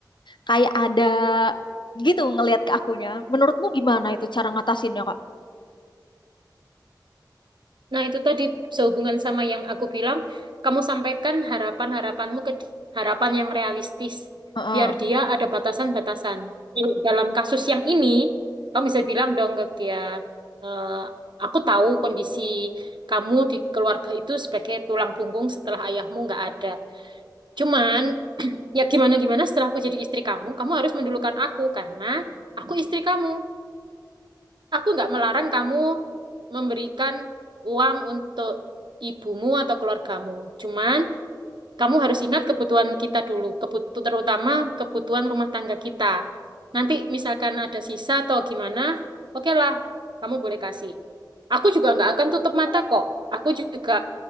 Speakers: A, on the left (about 80°); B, on the right (about 80°).
A: kayak ada gitu ngelihat ke akunya menurutmu gimana itu cara ngatasinnya kak
B: Nah, itu tadi sehubungan sama yang aku bilang, kamu sampaikan harapan-harapanmu ke di- harapan yang realistis,
A: Heeh.
B: biar dia ada batasan-batasan. Hmm. Dalam kasus yang ini, kamu bisa bilang dong ke dia, "Eh, aku tahu kondisi kamu di keluarga itu sebagai tulang punggung setelah ayahmu nggak ada. Cuman, ya gimana-gimana setelah aku jadi istri kamu, kamu harus mendulukan aku karena aku istri kamu. Aku nggak melarang kamu memberikan uang untuk ibumu atau keluargamu. Cuman kamu harus ingat kebutuhan kita dulu, kebutu terutama kebutuhan rumah tangga kita. Nanti misalkan ada sisa atau gimana, oke lah, kamu boleh kasih. Aku juga nggak akan tutup mata kok. Aku juga